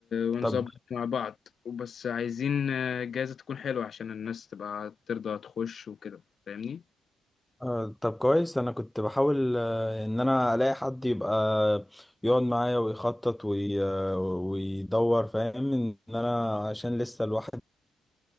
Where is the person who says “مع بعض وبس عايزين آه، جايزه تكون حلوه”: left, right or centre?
Left